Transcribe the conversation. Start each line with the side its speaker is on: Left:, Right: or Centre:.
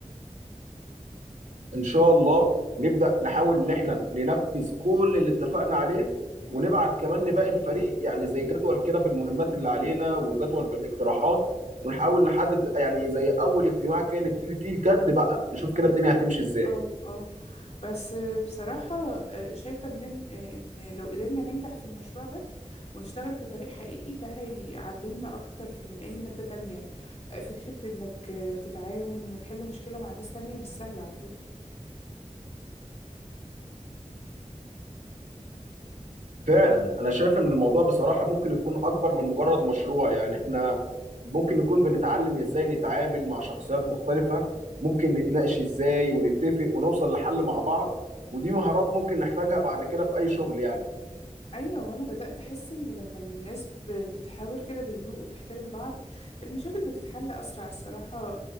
Right: ان شاء الله نبدا نحاول ان احنا ننفذ كل اللي اتفقنا عليه
Left: اه
Right: ونبعت كمان لباقي الفريق يعني زي جدول كده بالمهمات اللي علينا وجدول بالاقتراحات ونحاول نحدد يعني زي اول اجتماع كده نبتدي فيه الجد بقى نشوف كده
Left: اه
Right: الدنيا
Left: اه
Right: هتمشي ازاي
Left: اه اه بس بصراحة آه، شايفة ان ان لو قدرنا ننجح في المشروع ده ونشتغل كفريق حقيقي ده هيعلمنا اكتر من اي مادة تانية آه، فكرة انك آه، تتعاون وتحل مشكلة مع ناس تانية مش سهلة على فكرة
Right: فعلا انا شايف ان الموضوع بصراحة ممكن يكون اكبر من مجرد مشروع يعني احنا ممكن نكون بنتعلم ازاي نتعامل مع شخصيات مختلفة ممكن نتناقش ازاي ونتفق ونوصل لحل مع بعض ودي مهارات ممكن نحتاجها بعد كده في اي شغل يعني
Left: ايوه وانا بدات احس ان لما الناس بتتحاور كده بهدوء وتحترم بعض المشاكل بتتحل اسرع الصراحه